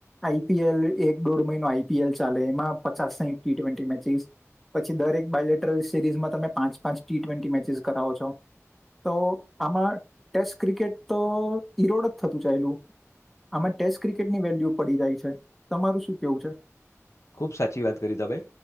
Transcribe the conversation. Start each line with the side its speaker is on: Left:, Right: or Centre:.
Centre: આઈપીએલ એક દોઢ મહિનો આઈપીએલ ચાલે એમાં પચાસ સાઈઠ ટી ટ્વેન્ટી મેચિસ પછી દરેક બાઇલેટ ટ્રે સિરીઝમાં તમે પાંચ પાંચ ટી ટ્વેન્ટી મેચિસ કરાવો છો તો આમાં, ટેસ્ટ ક્રિકેટ તો ઈરોડ જ થતું ચાયલું આમાં ટેસ્ટ ક્રિકેટની વેલ્યુ પડી જાય છે. તમારું શું કેવું છે?
Left: ખુબ સાચી વાત કરી તમે